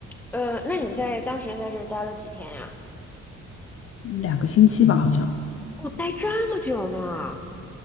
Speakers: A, in the centre; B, on the left (about 50°).
A: 呃，那你在当时在这儿待了几天呀？
B: 两个星期吧，好像。
A: 我待这么久呢，